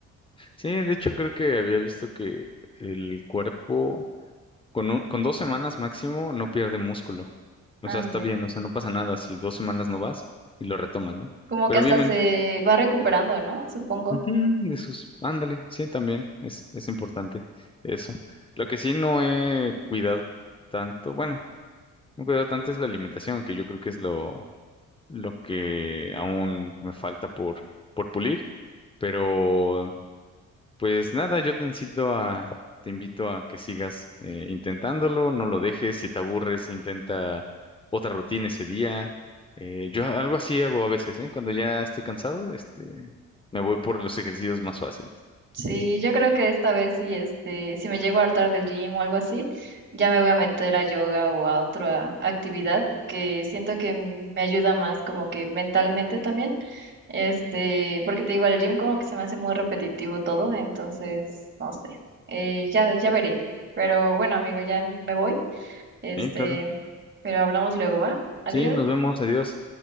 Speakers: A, on the left; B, on the right.
A: Sí, de hecho creo que había visto que el cuerpo Con, un- con dos semanas máximo no pierde músculo. O
B: ah,
A: sea, está
B: bueno,
A: bien, o sea, no pasa nada si dos semanas no vas y lo retomas, ¿no?
B: como
A: Pero
B: que hasta
A: obviamente,
B: se va recuperando, ¿no? Supongo.
A: ujú, de sus, ándale, sí, también es, es importante eso. Lo que sí no he cuidado tanto, bueno, no he cuidado tanto es la alimentación, que yo creo que es lo, lo que aún me falta por, por pulir, pero Pues nada, yo te incito a, te invito a que sigas eh, intentándolo, no lo dejes, si te aburres, intenta otra rutina ese día. Eh, yo algo así hago a veces, ¿eh? Cuando ya estoy cansado, este, me voy por los ejercicios más fáciles.
B: Sí, yo creo que esta vez si este, si me llego a hartar del gym o algo así, ya me voy a meter a yoga o a otra actividad que siento que m- me ayuda más como que mentalmente también Este, porque te digo, al gym como que se me hace muy repetitivo todo, entonces, no sé. Eh, ya, ya veré. Pero bueno, amigo, ya me voy. Este,
A: Sí, claro.
B: pero hablamos luego, ¿va? Adiós.
A: Sí, nos vemos, adiós.